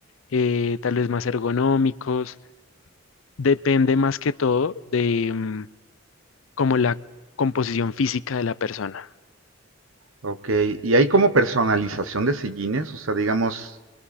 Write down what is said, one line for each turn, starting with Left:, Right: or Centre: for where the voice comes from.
Left: eh, tal vez más ergonómicos. Depende más que todo de, em, como la composición física de la persona.
Right: Ok, y hay como personalización de sillines, o sea, digamos,